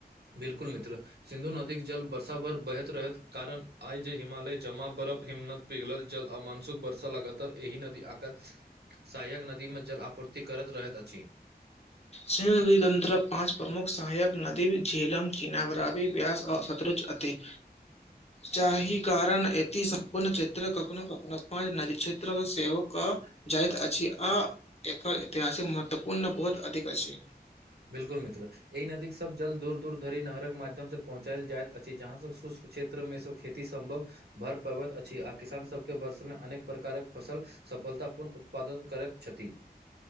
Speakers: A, on the right; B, on the left.
A: बिल्कुल मित्र सिन्धु नदीके जल वर्षाभर बहैत रहैत कारण आइ जे हिमालय जमा बरफ हिम्मनत पिघल जल अमानसुक वर्षा लगातार एहि नदी आकर सहायक नदीमे जल आपूर्ति करैत रहैत अछि
B: स नदी तंत्रक पाँच प्रमुख सहायक नदी झेलम चीनागरावी ब्यस आ सतरुज अछि
A: <inaudible>
B: जाहि कारण एती सम्पूर्ण क्षेत्र कखनो कखनो पाँच नदी क्षेत्र सेहो कऽ जाइत अछि आ एकर ऐतिहासिक महत्वपूर्ण बहुत अधिक अछि
A: बिल्कुल मित्र ई नदीक सब जल दूर दूर धरि नहरक माध्यम से पहुँचायल जायइत अछि जहाँ से शुष्क क्षेत्रमे सँ खेती सम्भव भऽ पाबैत अछि आ किसान सबके वर्षमे अनेक प्रकारक फसल सफलता पूर्ण उत्पादन करैत छथि